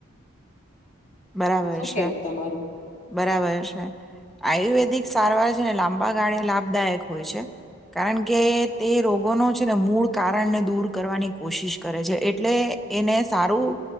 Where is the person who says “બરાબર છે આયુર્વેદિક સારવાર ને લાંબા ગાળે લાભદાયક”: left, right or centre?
Centre